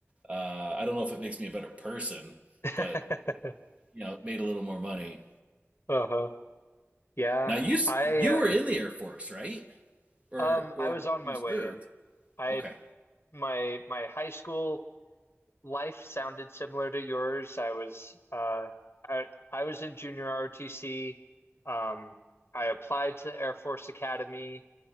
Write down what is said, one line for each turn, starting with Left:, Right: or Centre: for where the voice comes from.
Right: uh, i don't know if it makes me a better person
Left: <laughs>
Right: but you know made a little more money
Left: Uh-huh. Yeah,
Right: Now you s-
Left: I
Right: you
Left: uh,
Right: were in the Air Force, right? Or
Left: um
Right: or
Left: I was on my
Right: you served.
Left: way in. I
Right: Okay.
Left: my my high school life sounded similar to yours. I was uh I I was in junior ROTC. Um I applied to Air Force Academy.